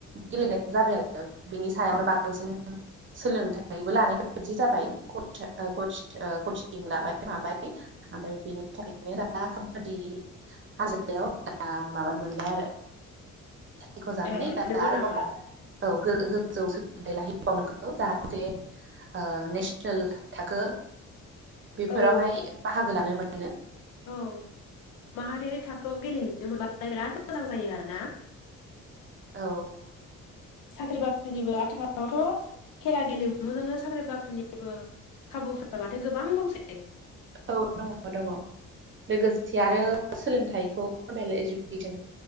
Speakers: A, on the right; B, on the left.
A: गेलेनाय जाबाय आरोना बिनि सायावनो बांसिन। सोलोंथाइबो लानाय बायदि जाबाय कता ओ कतिं कचिं लाबाय माबाय। ओमफ्राय बेनि थाखायनो दा काबादि हाजोआव दा माबानो मोनबाय आरो। सायख' जानानै
B: ए
A: दा
B: नंगौ
A: आरोबाव
B: नामा
A: औ गोजौ सोलोंथाइ लाहैबावनांगौ जाहाथे ओ नेसनेल थाखो बेफोरावहाय
B: औ
A: बाहागो लानो मोनो।
B: औ माहारियारि थाखोआव गेलेहैनो मोनब्लाथाय बिराद मोजां जायो आरोना।
A: औ
B: साख्रि बाख्रिनिबो आथिखालावथ' खेला गेलेमुजोंनो साख्रि बाख्रिनिबो खाबुफोरा माथो गोबां दंसै।
A: औ दङ दङ लोगोसे आरो सोलोंथाइखौ फरमेल इजुकेसन